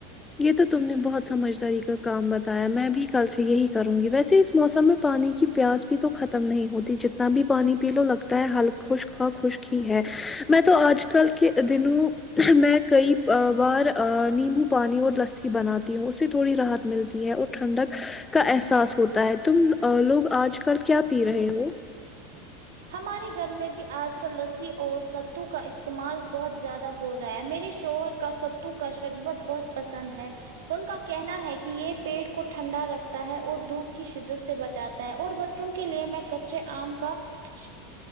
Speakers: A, on the left; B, on the right.
A: یہ تو تم نے بہت سمجھداری کا کام بتایا میں بھی کل سے یہی کرونگی ویسے اس موسم میں پانی کی پیاس بھی تو ختم نہیں ہوتی جتنا بھی پانی پی لو لگتا ہے حلق خشک کا خشک ہی ہے میں تو آج کل کے دنوں میں کئی بار نیمبو پانی اور لسسی بناتی ہوں اس سے تھوڑی راحت ملتی ہے اور ٹھنڈک کا احساس ہوتا ہے تم لوگ آج کل کیا پی رہے ہو
B: ہمارے گھر میں بھی آج کل لسسی اور ستو کا استعمال بہت زیادہ ہو رہا ہے میرے شوہر کا ستو کا شربت بہت پسند ہے ان کا کہنا ہے کہ یہ پیٹ کو ٹھنڈا رکھتا ہے اور دھوپ کی شدت سے بچاتا میں اور بچوں کے لیے میں کچے آم کا ش